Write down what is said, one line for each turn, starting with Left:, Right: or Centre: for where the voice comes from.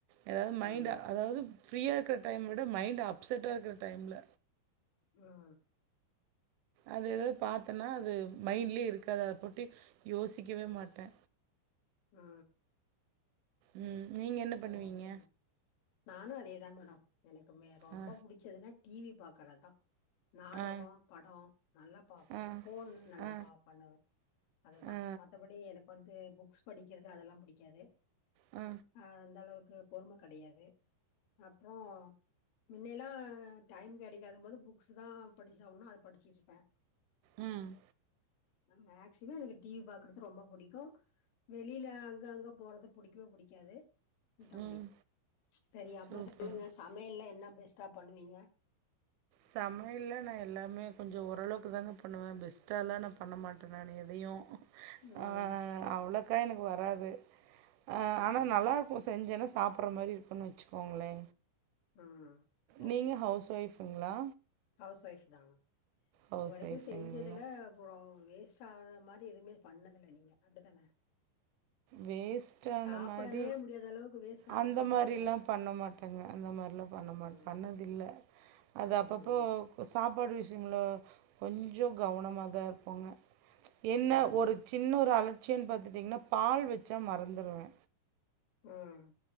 Right: எதாவ் மைண்ட்டு
Left: ம்
Right: அதாவது ஃப்ரீயா இருக்கிற டைம் விட மைண்ட் அப்செட்டா இருக்கிற டைம்ல
Left: ம்
Right: அது எதாவது பாத்தேன்னா அது மைண்ட்லியே இருக்காது அத பொட்டி யோசிக்கவே மாட்டே
Left: ஆ
Right: ம் நீங்க என்ன பண்ணுவீங்க
Left: ஓகே நானு அதேதாங் மேடோ எனக்கு மே ரொம்ப
Right: ஆ
Left: புடி ச்சதுனா டி வி பாக்கறதா நாடகோ
Right: ஆ
Left: படோ நல்லா பாப்பே
Right: ஆ
Left: ஃபோன் நல்லா
Right: ஆ
Left: பா பண்ணுவே அதுதா
Right: ஆ
Left: மத்தபடி எனக் வந்து புக்ஸ் படிக்கிறது அதெல்லா புடிக்காது
Right: அ
Left: அ அந்த அளவுக்கு பொறும கடையாது அப்றோ முன்னேலா டைம் கெடைக்காத போது புக்ஸ் தா படிச்சாவனு அத படிச்சுட்டுருப்போ
Right: ம்
Left: மேக்சிமம் எனக் டி வி பாக்குறது ரொம்ப புடிக்கு வெளில அங்கங்க போறது புடிக்கவே புடிக்காது இந்தா
Right: ம்
Left: புடிக் சேரி அப்றோ
Right: சூப்பர்
Left: சொல்லுங்க சமையல்லா என்ன பெஸ்ட்டா பண்ணுவீங்க
Right: சமையல்லா நா எல்லாமே கொஞ்சொ ஓரளவுக்கு தாங்க பண்ணுவே பெஸ்ட்டாலா நா பண்ண மாட்டே நான் எதையு
Left: ம்
Right: ஆ அவ்வளோக்கா எனக்கு வராது அ
Left: ம்
Right: ஆனா நல்லா இரு க்கு செஞ்சென்னா சாப்புட்ற மாரி இருக்குன்னு வச்சுக்கோங்களே
Left: ம் ம் ஓகே
Right: நீங்க ஹவுஸ் ஒய்ஃபுங்ளா
Left: ஹவுஸ் ஒய்ஃப் தா
Right: ஹவுஸ்
Left: இது வரைக்கு
Right: ஒய்ஃபுங்களா
Left: செஞ்சதுல அப்போம் வேஸ்ட் ஆகுற மாதி எதுவுமே பண்ணதில்ல நீங்க அப்டி தானே
Right: வேஸ் ஸ்ட்டான
Left: சாப்பிடவே
Right: மாரி
Left: முடியாத அளவுக்கு வேஸ்ட் ஆனது
Right: அந்த மாரில்லா
Left: மாரி ஏதாவது இருக்கா
Right: பண்ண மாட்டேங்க அந்த மார்லா சோ அந்த
Left: ம்
Right: மாரி பண்ணதுல்ல அது அப்பப்போ
Left: ம்
Right: ப்போ சாப்பாடு விஷயம்ல கொஞ்சொ கவனமாதா இருப்போங்க என்ன
Left: ம்
Right: ஒரு சின்ன ஒரு அலட்சியொன் பாத்துட்டிங்ன்னா பால் வச்சா மறந்துருவே
Left: ம்